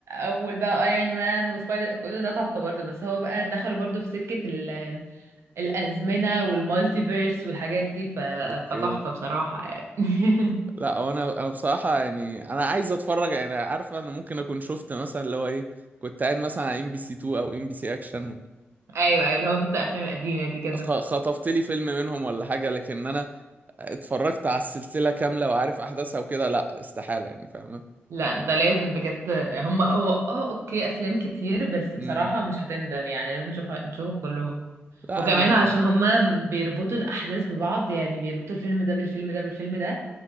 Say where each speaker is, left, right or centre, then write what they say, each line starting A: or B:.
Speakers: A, on the right; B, on the right.
A: اول بقى ايرون مان وسبايدر كل ده تحفه برضو بس هو بقى دخلوا برضو في سكه ال- الازمنه والمالتيفيرس والحاجات دي ف-
B: اوكي
A: فتحفه بصراحه يعني. <laughs>
B: لا هو انا انا بصراحه يعني انا عايز اتفرج يعني عارف انا ممكن اكون شفت مثلا اللي هو ايه كنت قاعد مثلا على ام بي سي 2 او ام بي سي اكشن
A: ايوه ايوه اللي هو شفت الافلام القديمه دي كده
B: وخطفت لي فيلم منهم ولا حاجه لكن انا اتفرجت على السلسله كامله وعارف احداثها وكده لا استحاله يعني فاهم
A: لا انت لازم بجد هم هو اه اوكي افلام كتير بس
B: مم.
A: بصراحه مش هتندم يعني لازم تشوفها نشوفهم كلهم
B: لا
A: وكمان
B: انا
A: علشان هما بيربطوا الأحداث ببعض يعني بيربطوا الفيلم ده بالفيلم ده بالفيلم ده